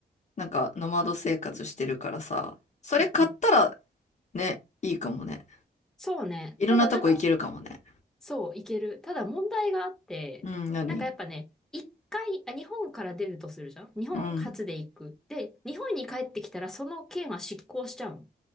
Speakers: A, on the left; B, in the centre.
A: なんか、ノマド生活してるからさ、それ買ったら、
B: うん。うん
A: ね、いいかもね。
B: そうね。
A: いろんなとこ行けるかもね。
B: ただなんか、そう、いける。ただ問題があって、
A: うん、何
B: なんかやっぱね、一回、あ、日本から出るとするじゃん日本初で行く。
A: うん。うん
B: で、日本に帰ってきたらその券は失効しちゃうの。